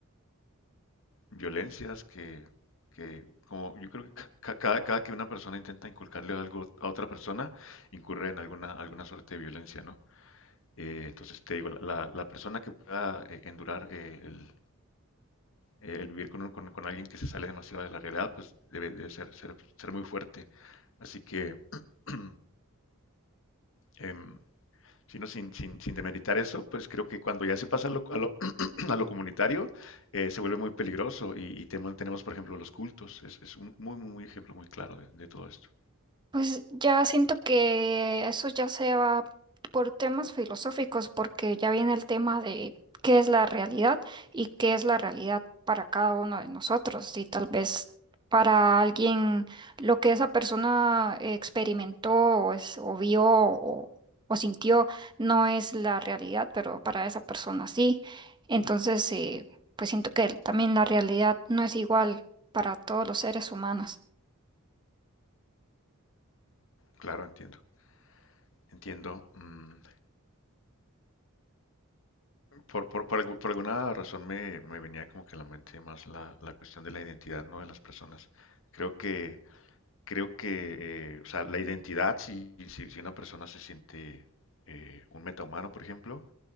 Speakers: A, on the left; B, on the right.
A: violencias que, que como yo creo que ca- ca- cada, cada que una persona intenta inculcarle algo a otra persona, incurre en alguna, alguna suerte de violencia, ¿no? Eh, entonces te digo, la, la persona que pueda eh, endurar eh, el, eh, el vivir con, un- con- con alguien que se sale demasiado de la realidad, pues debe, debe ser, ser, ser muy fuerte. Así que <clears throat> em, sino sin, sin, sin demeritar eso, pues creo que cuando ya se pasa a lo, a lo, <clears throat> a lo comunitario, eh, se vuelve muy peligroso y, y temo- tenemos, por ejemplo, los cultos. Es, es un muy, muy, muy ejemplo muy claro de, de todo esto.
B: Pues ya siento que eso ya se va por temas filosóficos, porque ya viene el tema de qué es la realidad y qué es la realidad para cada uno de nosotros. Y tal vez para alguien lo que esa persona experimentó o, es- o vio o, o sintió no es la realidad, pero para esa persona sí. Entonces, eh, pues siento que también la realidad no es igual para todos los seres humanos.
A: Claro, entiendo. Entiendo. mm, por, por- por algu- por alguna razón me, me venía como que a la mente más la, la cuestión de la identidad, ¿no? De las personas. Creo que, creo que, eh, o sea, la identidad, si, si, si una persona se siente eh, un metahumano, por ejemplo,